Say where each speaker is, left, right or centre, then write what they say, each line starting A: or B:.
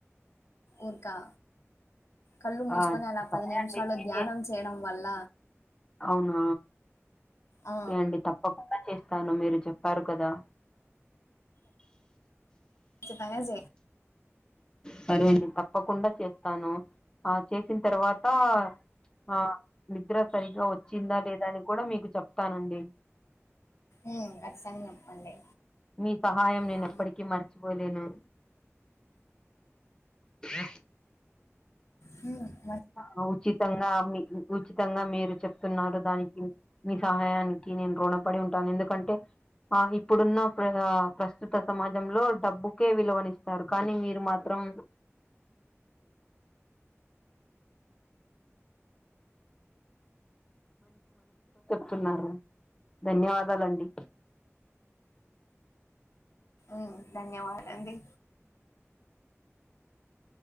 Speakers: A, on the left; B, on the left.
A: ఊర్కా కళ్ళు మూస్కొని
B: ఆ
A: అలా
B: సరే
A: పది నిమిషాలు
B: అండి నేనే
A: ధ్యానం చేయడం వల్ల
B: అవునా
A: ఆ
B: ఓకే అండి తప్పకుండా చేస్తాను మీరు చెప్పారు కదా
A: ఖచ్చితంగా చే
B: సరే అండి తప్పకుండా చేస్తాను ఆ చేసిన్ తర్వాతా ఆ నిద్ర సరిగా వచ్చిందా లేదా అని కూడా మీకు చెప్తానండి.
A: మ్ కచ్చితంగ చెప్పండి.
B: మీ సహాయం నేన్
A: ఆ
B: ఎప్పటికీ మర్చిపోలేను. ఆ
A: హ్
B: ఆ ఉచితంగా మీకు ఉచితంగా మీరు చెప్తున్నారు దానికి మీ సహాయానికి నేను రుణపడి ఉంటాను. ఎందుకంటే ఆ ఇప్పుడున్న ప్ర ప్రస్తుత సమాజంలో డబ్బుకే విలువనిస్తారు కానీ మీరు మాత్రం స్తున్నారు ధన్యవాదాలండి.
A: మ్ ధన్యవాద అండి